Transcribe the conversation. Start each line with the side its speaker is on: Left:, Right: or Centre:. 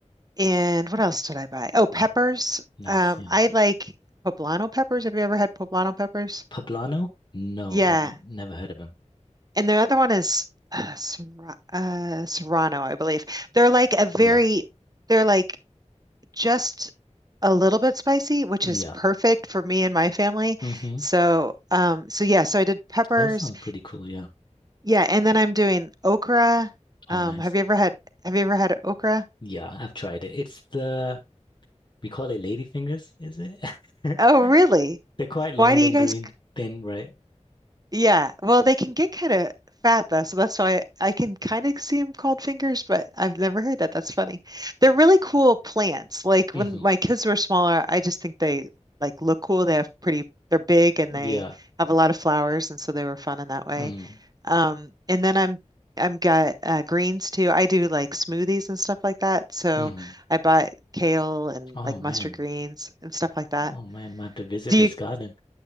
Right: and what else did I buy? Oh, peppers.
Left: Nice.
Right: Um
Left: Yeah.
Right: I like poblano peppers. Have you ever had poblano peppers?
Left: Poblano? No,
Right: Yeah.
Left: I've never heard of him.
Right: And the other one is uh, Serra- uh, Serrano, I believe. They're like a very,
Left: Yeah.
Right: they're like just a little bit spicy, which
Left: Really?
Right: is
Left: Yeah.
Right: perfect for me and my family.
Left: hmm
Right: So, um, so yeah, so I did peppers.
Left: That sounds pretty cool. Yeah.
Right: Yeah, and then I'm doing okra.
Left: Oh,
Right: Um,
Left: nice.
Right: have you ever had, have you ever had okra?
Left: Yeah, I've tried it. It's the, we call it ladyfingers, is it? <laughs>
Right: Oh, really?
Left: They're quite long
Right: Why do you
Left: and
Right: guys?
Left: green, thin, right?
Right: Yeah, well, they can get kind of fat though, so that's why I can kind of see them called fingers, but I've never heard that. That's funny. They're really cool plants. Like when
Left: hmm
Right: my kids were smaller, I just think they like look cool. They have pretty, they're big and
Left: Yeah.
Right: they have a lot of flowers, and so they were fun in that way.
Left: hmm
Right: Um, and then I'm I'm got uh, greens too. I do like smoothies and stuff like that. So
Left: hmm
Right: I bought kale and
Left: Oh,
Right: like
Left: man.
Right: mustard greens and stuff like that.
Left: Oh, man. I have to visit
Right: Do
Left: this
Right: you?
Left: garden.